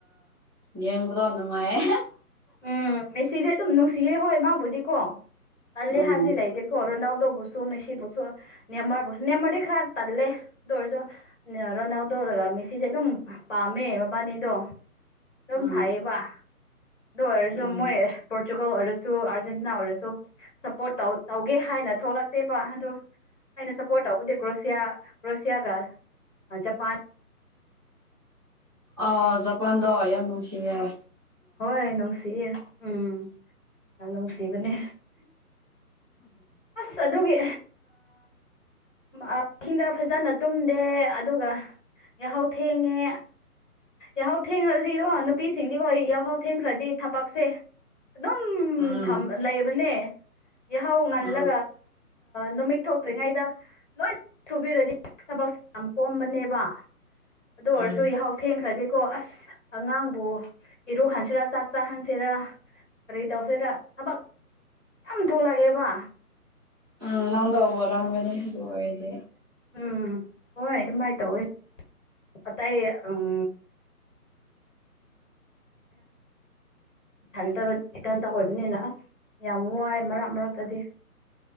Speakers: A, on the right; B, on the left.
A: ꯌꯦꯡꯕꯗꯣ ꯅꯨꯡꯉꯥꯏꯌꯦ
B: ꯎꯝ ꯃꯦꯁꯤꯗꯤ ꯑꯗꯨꯝ ꯅꯨꯡꯁꯤꯌꯦ ꯍꯣꯏ ꯃꯥꯕꯨꯗꯤꯀꯣ ꯇꯜꯂ
A: ꯎꯝ
B: ꯍꯥꯏꯕꯗꯤ ꯂꯩꯗꯤꯦꯀꯣ ꯔꯣꯅꯥꯜ ꯗ ꯁꯨ ꯃꯦꯁꯤ ꯁꯨ ꯅꯦꯃꯔ ꯁ ꯅꯦꯃꯗꯤ ꯈꯔꯞ ꯇꯥꯦꯔꯖ ꯔꯅꯗꯣ ꯂꯒ ꯃꯤꯁꯤꯗꯤ ꯑꯗꯨꯝ ꯄꯥꯝꯃꯦ ꯃꯕꯥꯅꯤꯗꯣ ꯑꯗꯨꯝ
A: ꯎꯝ
B: ꯐꯥꯏꯕ ꯗꯔꯁꯨ
A: ꯎꯝ
B: ꯃꯣꯏ ꯄꯣꯔꯇꯨꯒꯜ ꯑꯣꯏꯔꯁꯨ ꯑꯥꯔꯖꯦꯟꯇꯤꯅꯥ ꯑꯣꯏꯔꯁꯨ ꯁꯞꯄꯣꯔꯠꯧ ꯇꯧꯒꯦ ꯍꯥꯏꯅ ꯊꯣꯛꯂꯛꯇꯦꯕ ꯑꯗꯨ ꯑꯩꯅ ꯁꯞꯄꯣꯔꯠ ꯇꯧꯕꯗꯦ ꯀ꯭ꯔꯣꯁꯤꯌꯥ ꯀ꯭ꯔꯣꯁꯤꯌꯥꯒ ꯖꯄꯥꯟ
A: ꯑ ꯖꯄꯥꯟꯗꯣ ꯌꯥꯝ ꯅꯨꯡꯁꯤꯌꯦꯦ
B: ꯍꯣꯏ ꯅꯨꯡꯁꯤꯌꯦ ꯎꯝ ꯌꯥꯝ ꯅꯨꯡꯁꯤꯕꯅꯦ ꯑꯁ ꯑꯗꯨꯒꯤ ꯏꯁꯤꯡꯗ ꯐꯖꯅ ꯇꯨꯝꯗꯦ ꯑꯗꯨꯒ ꯌꯥ ꯍꯥꯎ ꯊ ꯍꯦꯉꯦ ꯌꯥꯍꯥꯎ ꯊꯦꯡꯈ꯭ꯔꯗꯤꯔꯣ ꯅꯨꯄꯤꯁꯤꯡꯗꯤꯀꯣ ꯌꯥꯍꯥꯎ ꯊꯦꯡꯈ꯭ꯔꯗꯤ ꯊꯕꯛꯁꯦ ꯑꯗꯨꯝ
A: ꯎꯝ
B: ꯂꯩꯕꯅꯦ ꯌꯥꯍꯧ ꯉꯜꯂ
A: ꯎꯝ
B: ꯅꯨꯃꯤꯠ ꯊꯣꯛꯇ꯭ꯔꯤꯉꯩꯗ ꯂꯣꯏ ꯁꯨꯕꯤꯔꯗꯤ ꯊꯕꯛꯁꯦ ꯌꯥꯝ ꯀꯣꯝꯕꯅꯦꯕ ꯑꯗꯨ ꯑꯣꯏꯔꯁꯨ
A: ꯎꯝ
B: ꯌꯥꯍꯥꯎ ꯊꯦꯡꯈ꯭ꯔꯗꯤꯀꯣ ꯑꯁ ꯑꯉꯥꯡꯕꯨ ꯏꯔꯣꯛꯍꯟꯁꯤꯔꯥ ꯆꯥꯛ ꯆꯥꯍꯟꯁꯤꯔꯥ ꯀꯔꯤ ꯇꯧꯁꯦꯗ ꯊꯕꯛ ꯌꯥꯝ ꯊꯣꯛꯂꯛꯑꯦꯕ
A: ꯎꯝ ꯅꯪꯗ ꯋꯥꯔꯝꯒꯅꯤ ꯑꯗꯨ ꯑꯣꯏꯔꯗꯤ
B: ꯎꯝ ꯍꯣꯏ ꯑꯗꯨꯃꯥꯏꯅ ꯇꯧꯋꯤ ꯑꯇꯩ ꯎꯝ ꯈꯟꯊꯕ ꯏꯀꯟꯇ ꯑꯣꯏꯕꯅꯤꯅ ꯑꯁ ꯌꯥꯝ ꯋꯥꯏ ꯃꯔꯛ ꯃꯔꯛꯇꯗꯤ